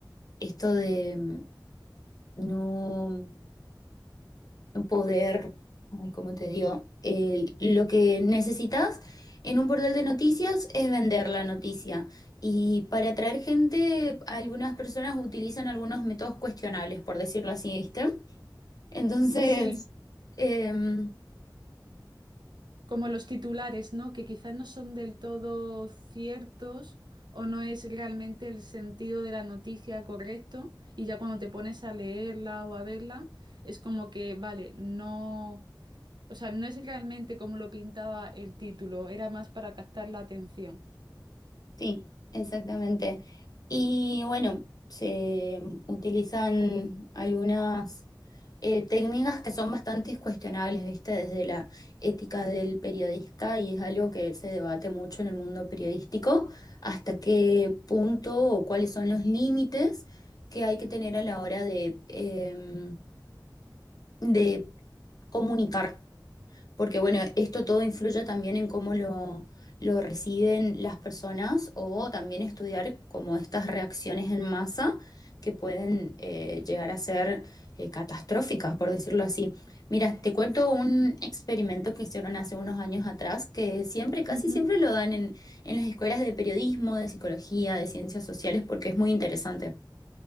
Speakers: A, on the left; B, on the right.
A: esto de em, no poder, ay, ¿cómo te digo? El- lo que necesitas en un portal de noticias es vender la noticia. Y para atraer gente, algunas personas utilizan algunos métodos cuestionables, por decirlo así, ¿viste? Entonces,
B: Sí.
A: em,
B: como los titulares, ¿no? Que quizás no son del todo ciertos o no es realmente el sentido de la noticia correcto. Y ya cuando te pones a leerla o a verla, es como que, vale, no, o sea, no es realmente como lo pintaba el título, era más para captar la atención.
A: Sí, exactamente. Y bueno, se utilizan algunas eh, técnicas que son bastante cuestionables, ¿viste? Desde la ética del periodista y es algo que se debate mucho en el mundo periodístico, hasta qué punto o cuáles son los límites que hay que tener a la hora de, em, de comunicar porque bueno, esto todo influye también en cómo lo, lo reciben las personas o también estudiar como estas reacciones en masa que pueden eh, llegar a ser eh, catastróficas, por decirlo así. Mira, te cuento un experimento que hicieron hace unos años atrás, que siempre, casi
B: Ujú.
A: siempre lo dan en, en las escuelas de periodismo, de psicología, de ciencias sociales, porque es muy interesante.